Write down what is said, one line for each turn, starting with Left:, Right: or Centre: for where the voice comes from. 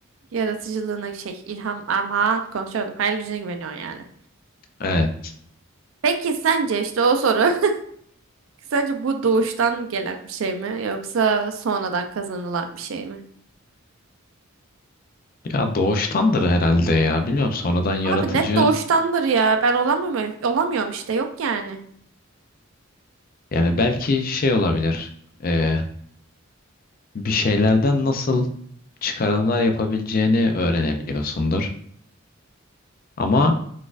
Right: Yaratıcılığına şey ilham aman konuşamadım. Hayal gücüne güveniyorsun yani.
Left: Evet.
Right: Peki sence işte o soru <laughs> sence bu doğuştan gelen bir şey mi yoksa sonradan kazanılan bir şey mi?
Left: Ya doğuştandır herhalde ya. Bilmiyorum sonradan yaratıcı
Right: Abi net doğuştandır ya. Ben olamıyorum, olamıyorum işte yok yani.
Left: yani belki şey olabilir. Ee, bir şeylerden nasıl çıkarımlar yapabileceğini öğrenebiliyorsundur. Ama